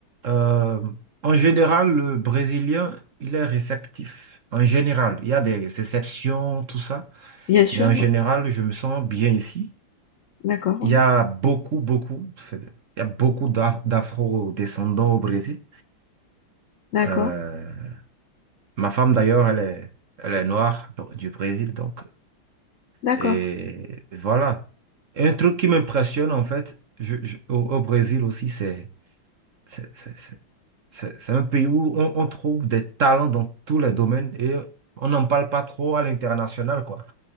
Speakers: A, on the right; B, on the left.
A: Euh, en général, le Brésilien, il est réceptif. En général, il y a des exceptions, tout ça.
B: bien sûr,
A: Mais en général,
B: ouais.
A: je me sens bien ici.
B: D'accord, ouais.
A: Il y a beaucoup, beaucoup, c'est- il y a beaucoup d'Af- d'afro-descendants au Brésil.
B: D'accord,
A: Euh, ma femme, d'ailleurs, elle est, elle est noire donc, du Brésil, donc.
B: d'accord,
A: Et voilà. Et un truc qui m'impressionne, en fait, je- je- au, au Brésil aussi, c'est, c'est, c'est- c'est- c'est- c'est un pays où on, on trouve des talents dans tous les domaines et on n'en parle pas trop à l'international, quoi.